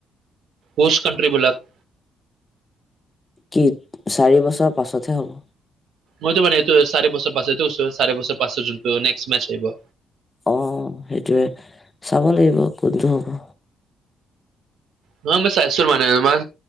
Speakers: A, on the right (about 70°); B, on the left (about 25°).
A: কৌষ্ট কাণ্ট্ৰ্ৰীবিলাক
B: কি চাৰি বছৰ পাছতহে হ'ব?
A: মইতো মানে এইটো চাৰি বছৰ পাছে চাৰি বছৰ পাছত যোনটো নেক্সট মেচ আহিব।
B: অ' সেইটোৱে, চাব লাগিব কোনটো হ'ব।
A: নহয় মই চাইছোঁ মানে তোমাৰ